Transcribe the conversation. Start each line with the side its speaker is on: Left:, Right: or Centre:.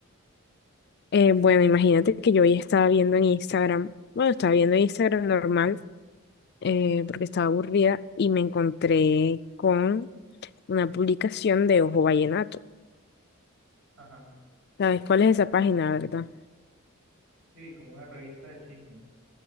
Left: Eh, bueno, imagínate que yo hoy estaba viendo en Instagram, bueno, estaba viendo Instagram normal eh, porque estaba aburrida y me encontré con una publicación de Ojo Vallenato.
Right: Ajá,
Left: ¿Sabes cuál es esa página, verdad?
Right: sí, como una revista de chismes.